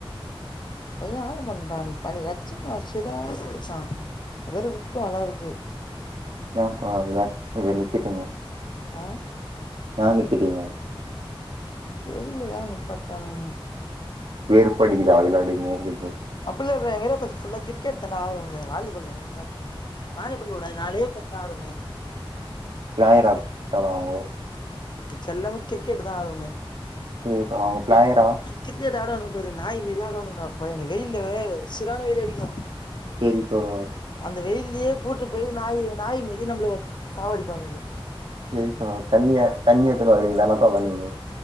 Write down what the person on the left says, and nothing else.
பைய ஆடு பண்றா நீ பணி அச்சு <inaudible> அதற விட்டு வளருது
அ
தெர்ல ஏ நிப்பாட்டங்கன்னு
அப்டி இல்ல எங்க ஏரியா ஃபுல்லா கிரிக்கெட் தானே ஆடுவமே வாலிபால் எவனுமே வாலிபால் ஒரு நாளே பசங்க தா ஆடுவமே
மிச்ச எல்லா கிரிக்கெட்டு தா ஆடுவமே
கிரிக்கெட் ஆடுவாணுபாரு நாய் மாரி ஆடுவாணுங்க எப்பா இந்த வெயில்ல செர்யான வெயில் அடிக்கு
அந்த வெயிலியே கூட்டு போய் நாய் நாய் மாறி நம்மள சாவாடி பானுங்க